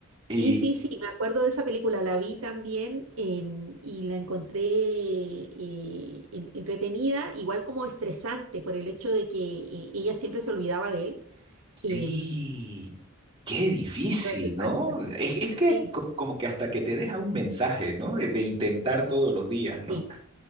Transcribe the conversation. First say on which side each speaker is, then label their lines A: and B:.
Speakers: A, on the right; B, on the right.
A: Sí,
B: Y
A: sí, sí, me acuerdo de esa película, la vi también em, y la encontré eh, en- entretenida, igual como estresante por el hecho de que eh, ella siempre se olvidaba de él,
B: sí,
A: em,
B: qué difícil,
A: pero es simpática.
B: ¿no? Es, es que
A: Sí,
B: co- como que hasta que te deja un mensaje, ¿no? De, de intentar todos los días, ¿no?
A: sí,